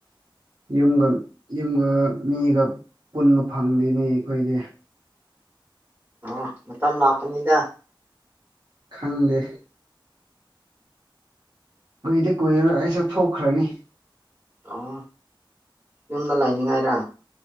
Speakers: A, on the right; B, on the right.
A: ꯌꯨꯝꯒ ꯌꯨꯝꯒ ꯃꯤꯒ ꯄꯨꯟꯕ ꯐꯪꯗꯦꯅꯦ ꯑꯩꯈꯣꯏꯗꯤ
B: ꯑ ꯃꯇꯝ ꯑꯃ ꯂꯥꯛꯀꯅꯤꯗ
A: ꯈꯪꯗꯦ ꯀꯨꯏꯗꯤ ꯀꯨꯏꯔꯔꫭꯏ ꯑꯩꯁꯨ ꯊꯣꯛꯈ꯭ꯔꯅꯤ
B: ꯑꯣ ꯌꯨꯝꯗ ꯂꯩꯅꯤꯡꯉꯥꯏꯔꯥ